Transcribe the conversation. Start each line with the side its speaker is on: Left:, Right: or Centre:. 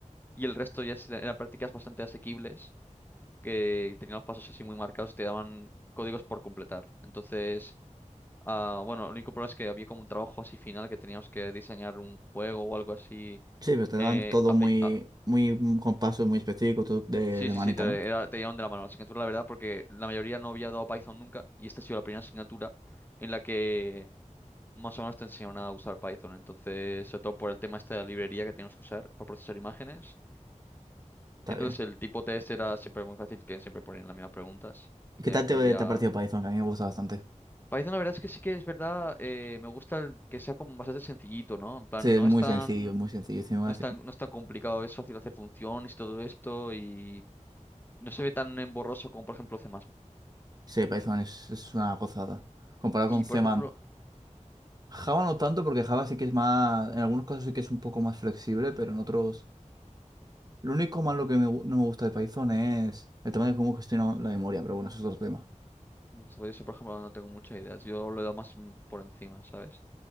Left: Y el resto ya es- eran prácticas bastante asequibles, que tenían los pasos así muy marcados y te daban códigos por completar. Entonces. Ah, bueno, el único problema es que había como un trabajo así final que teníamos que diseñar un juego o algo así.
Right: Sí, pero te dan
Left: eh,
Right: todo
Left: apli-
Right: muy,
Left: ah,
Right: muy mm, con pasos muy específicos, todo de,
Left: sí,
Right: de
Left: sí,
Right: manita,
Left: sí, te,
Right: ¿no?
Left: era- te llevaban de la mano la asignatura, la verdad, porque la mayoría no había dado Python nunca y esta ha sido la primera asignatura en la que más o menos te enseñaban a usar Python. Entonces, sobre todo por el tema este de la librería que teníamos que usar para procesar imágenes.
Right: Está
Left: Entonces,
Right: bien.
Left: el tipo test era siempre muy fácil, que siempre ponían las mismas preguntas
Right: ¿Y
Left: de
Right: qué tal
Left: teoría.
Right: te, te ha parecido Python? Que a mí me gusta bastante.
Left: Python, la verdad es que sí que es verdad, eh, me gusta el- que sea como bastante sencillito, ¿no? En plan,
Right: Sí, es
Left: no
Right: muy
Left: es tan...
Right: sencillo, muy sencillo. Encima,
Left: No es tan, no es tan complicado, es fácil hacer funciones, todo esto, y no se ve tan emborroso como, por ejemplo, C++.
Right: Sí, Python es, es una gozada. Comparado
Left: Y,
Right: con C++,
Left: por ejemplo,
Right: Java no tanto, porque Java sí que es más... En algunos casos sí que es un poco más flexible, pero en otros... Lo único malo que me gu- no me gusta de Python es el tema de cómo gestiona la memoria, pero bueno, eso es otro tema.
Left: sobre eso, por ejemplo, no tengo muchas ideas. Yo lo he dado más mm, por encima, ¿sabes?